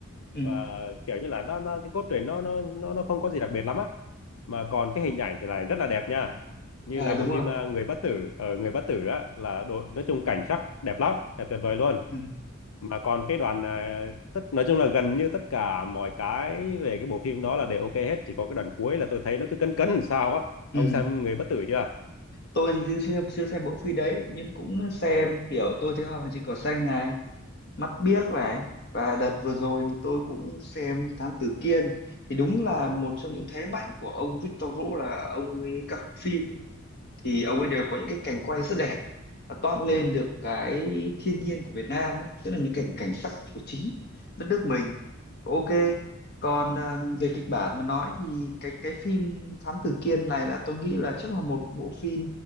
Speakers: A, on the left; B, on the left.
A: ừ
B: và kiểu như là nó nó cái cốt truyện nó nó nó nó không có gì đặc biệt lắm á mà còn cái hình ảnh thì lại rất là đẹp nha như
A: à,
B: là
A: đúng
B: bộ
A: rồi
B: phim à, Người Bất Tử ở Người Bất Tử á là đồ, nói chung cảnh sắc đẹp lắm đẹp tuyệt vời luôn
A: ừ.
B: mà còn cái đoàn à, tất nói chung là gần như tất cả mọi cái về cái bộ phim đó là đều ok hết chỉ có cái đoạn cuối là tôi thấy nó cứ cấn cấn làm sao á
A: ừ
B: ông xem Người Bất Tử chưa
A: tôi thì chưa chưa chưa xem bộ phim đấy nhưng cũng xem
B: ừ
A: kiểu tôi thấy hoa và chỉ có xanh này mắt biếc
B: ừ
A: này và đợt vừa rồi thì tôi cũng xem Thám Tử Kiên thì đúng là
B: ừ
A: một trong những thế mạnh của ông Victor Vũ là ông ấy các phim thì ông ấy đều có những cái cảnh quay rất đẹp và toát lên
B: ừ
A: được cái thiên nhiên của Việt Nam ấy, tức là những cảnh cảnh sắc của chính đất nước mình Ok, còn à, về kịch bản mà nói thì cái cái phim Thám Tử Kiên này là tôi nghĩ là chắc là một bộ phim